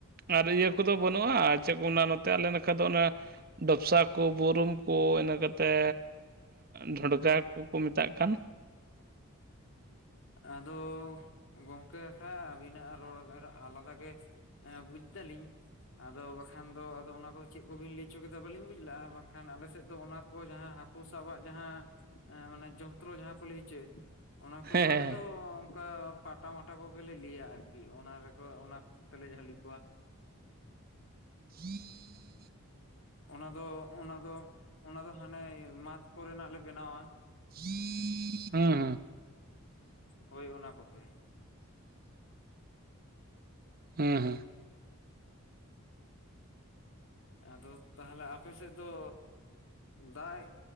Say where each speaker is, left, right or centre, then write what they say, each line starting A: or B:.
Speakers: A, on the right; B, on the left.
A: ᱟᱨ ᱤᱭᱟᱹ ᱠᱚᱫᱚ ᱵᱟᱹᱱᱩᱜᱼᱟ ᱪᱮᱫ ᱠᱚ ᱱᱚᱛᱮ ᱟᱞᱮ ᱞᱮᱠᱟᱱ ᱫᱚ ᱚᱱᱮ ᱰᱚᱯᱥᱟ ᱠᱚ ᱵᱩᱨᱩᱢ ᱠᱚ ᱤᱱᱟᱹ ᱠᱟᱛᱮ ᱰᱷᱚᱸᱰᱜᱟ ᱠᱚᱠᱚ ᱢᱮᱛᱟᱜ ᱠᱟᱱ
B: ᱟᱫᱚ ᱜᱚᱝᱠᱮ ᱠᱷᱟᱡ ᱟᱹᱵᱤᱱᱟᱜ ᱨᱚᱲ ᱟᱞᱟᱫᱟ ᱜᱮ ᱦᱮᱸ ᱵᱩᱡᱫᱟᱞᱤᱧ ᱟᱫᱚ ᱵᱟᱠᱷᱟᱱ ᱫᱚ ᱟᱫᱚ ᱚᱱᱟ ᱠᱚᱫᱚ ᱪᱮᱫ ᱠᱚᱵᱤᱱ ᱞᱟᱹᱭ ᱚᱪᱚ ᱠᱮᱫᱟ ᱵᱟᱹᱞᱤᱧ ᱵᱩᱡᱽ ᱞᱮᱼᱟ ᱵᱟᱝᱠᱷᱟᱱ ᱟᱞᱮ ᱥᱮᱫ ᱫᱚ ᱚᱱᱟ ᱡᱟᱦᱟᱸ ᱦᱟᱠᱩ ᱥᱟᱵᱟᱜ ᱡᱟᱦᱟᱸ ᱡᱚᱱᱛᱨᱚ ᱡᱟᱦᱟᱸ ᱠᱚ ᱞᱟᱹᱭ ᱦᱚ ᱪᱮᱫ ᱚᱱᱟ ᱠᱚᱫᱚ
A: ᱦᱮᱸ
B: ᱟᱞᱮᱚ
A: ᱦᱮᱸ
B: ᱚᱱᱠᱟ ᱯᱟᱴᱟ ᱢᱟᱴᱟ ᱠᱚᱜᱮᱞᱮ ᱞᱟᱹᱭᱟ ᱟᱨᱠᱤ ᱚᱱᱟ ᱨᱮᱠᱚ ᱚᱱᱟ ᱛᱮᱞᱮ ᱡᱷᱟᱹᱞᱤ ᱠᱚᱣᱟ
A: ᱡ
B: ᱚᱱᱟ ᱫᱚ ᱚᱱᱟ ᱫᱚ ᱚᱱᱟ ᱫᱚ ᱦᱟᱱᱮ ᱢᱟᱛ ᱠᱚᱨᱮᱱᱟᱜ ᱞᱮ ᱵᱮᱱᱟᱣᱟ
A: ᱦᱮᱸ ᱦᱩᱸ ᱦᱩᱸ᱾
B: ᱦᱳᱭ ᱚᱱᱟ ᱠᱚᱛᱮ᱾
A: ᱦᱩᱸ ᱦᱩᱸ
B: ᱟᱫᱚ ᱛᱟᱦᱚᱞᱮ ᱟᱯᱮ ᱥᱮᱫ ᱫᱚ, ᱫᱟᱜ